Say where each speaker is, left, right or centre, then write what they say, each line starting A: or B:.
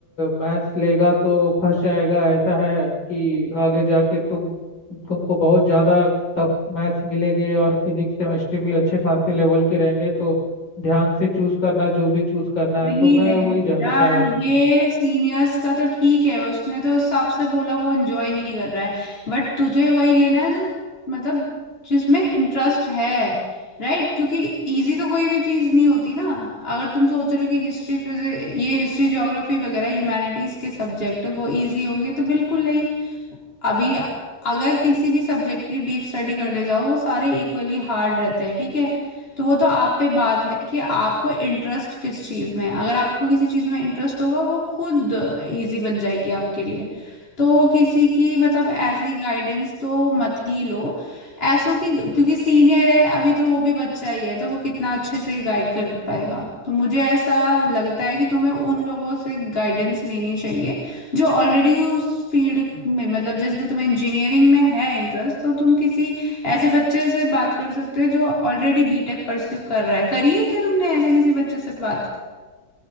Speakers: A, on the left; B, on the left.
A: मैथ्स लेगा तो फंस जाएगा ऐसा है कि आगे जाके तुम तुमको बहुत ज़्यादा टफ मैथ्स मिलेंगे और फिजिक्स केमिस्ट्री भी अच्छे खासे लेवल के रहेंगे तो ध्यान से चूज़ करना जो भी चूज़ करना
B: नहीं
A: है तो मैं
B: नहीं
A: वही जानना
B: बेटा
A: चाह रहा था मैम
B: ये सीनियर्स का तो ठीक है उसने तो उस हिसाब से बोला वो एंजॉय नहीं कर रहा है बट तुझे वही लेना है जो मतलब जिसमें इंटरेस्ट है राइट क्योंकि इजी तो कोई भी चीज नहीं होती ना अगर तुम सोच रहे हो कि हिस्ट्री फिजिक ये हिस्ट्री ज्योग्राफी वगैरह ह्यूमैनिटीज के सब्जेक्ट वो इजी होंगे तो बिल्कुल नहीं अभी अगर किसी भी सब्जेक्ट की डीप स्टडी करने जाओ वो सारे इक्वली हार्ड रहते हैं ठीक है तो वो तो आप पे बात है कि आपको इंटरेस्ट किस चीज में है अगर आपको किसी चीज में इंटरेस्ट होगा वो खुद इजी बन जाएगी आपके लिए तो किसी की मतलब ऐसी गाइडेंस तो मत ही लो ऐसो की क्योंकि सीनियर है अभी तो वो भी बच्चा ही है तो वो कितना अच्छे से गाइड कर पाएगा तो मुझे ऐसा लगता है कि तुम्हें उन लोगों से गाइडेंस लेनी चाहिए जो ऑलरेडी उस फील्ड में मतलब जैसे तुम्हें इंजीनियरिंग में है इंटरेस्ट तो तुम किसी ऐसे बच्चे से बात कर सकते हो जो ऑलरेडी बीटेक परस्यू कर रहा है करी है क्या तुमने ऐसे किसी बच्चे से बात